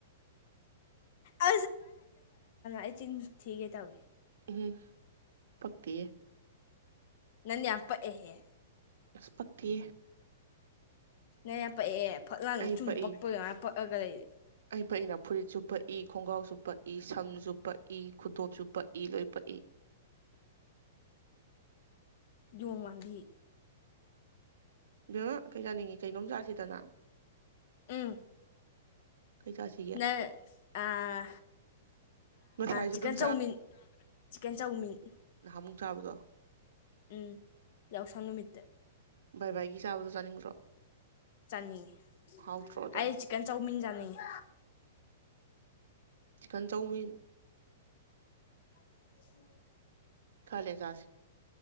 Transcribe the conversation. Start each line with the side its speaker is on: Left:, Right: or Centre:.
Left: <inaudible> ꯑꯩ ꯆꯤꯟ ꯊꯤꯒꯦ ꯇꯧꯏ
Right: ꯎꯝ ꯄꯥꯛꯇꯦ
Left: ꯅꯪꯗꯤ ꯌꯥꯝ ꯄꯥꯛ ꯑ ꯍꯦ
Right: ꯑꯁ ꯄꯛꯇꯦ
Left: ꯅꯪ ꯌꯥꯝ ꯄꯛꯑꯦ ꯐꯛ ꯂꯥꯡꯅ
Right: ꯑꯩ
Left: ꯆꯨꯝ
Right: ꯄꯛꯏ
Left: ꯄꯛꯄ ꯑꯗꯨꯃꯥꯏꯅ ꯄꯛꯑꯒ ꯂꯩ
Right: ꯑꯩ ꯄꯥꯛꯏꯅꯥ ꯐꯨꯔꯤꯠ ꯆꯨꯄꯛꯏ ꯈꯣꯡꯒ꯭ꯔꯥꯎ ꯆꯨꯄꯛꯏ ꯁꯝ ꯆꯨꯄꯛꯏ ꯈꯨꯇꯣꯞ ꯆꯨꯄꯛꯏ ꯂꯣꯏ ꯄꯛꯏ
Left: ꯌꯣꯡꯃꯥꯟꯕꯤ
Right: ꯕꯦꯝꯃꯥ ꯀꯩ ꯆꯥꯅꯤꯡꯉꯤ ꯀꯩꯅꯣꯝ ꯆꯥꯁꯤꯗꯅ
Left: ꯎꯝ
Right: ꯀꯩ ꯆꯥꯁꯤꯒꯦ
Left: ꯅꯪ ꯑꯥ
Right: ꯉꯁꯥꯏꯁꯨ
Left: ꯆꯤꯀꯟ
Right: ꯑꯗꯨꯝ
Left: ꯆꯧꯃꯤꯟ ꯆꯤꯛꯀꯟ ꯆꯧꯃꯤꯟ
Right: ꯅꯍꯥꯃꯨꯛ ꯆꯥꯕꯗꯣ
Left: ꯎꯝ ꯌꯥꯎꯁꯪ ꯅꯨꯃꯤꯠꯇ
Right: ꯕꯥꯏ ꯕꯥꯏꯒꯤ ꯆꯥꯕꯗꯣ ꯆꯥꯅꯤꯡꯗ꯭ꯔꯣ
Left: ꯆꯥꯅꯤꯡꯉꯤ
Right: ꯍꯥꯎꯇ꯭ꯔꯣꯗꯣ
Left: ꯑꯩ ꯆꯤꯛꯀꯟ ꯆꯧꯃꯤꯟ ꯆꯥꯅꯤꯡꯉꯤ
Right: ꯆꯤꯀꯟ ꯆꯧꯃꯤꯟ
Left: <inaudible>
Right: ꯈꯔ ꯂꯩꯔ ꯆꯥꯁꯦ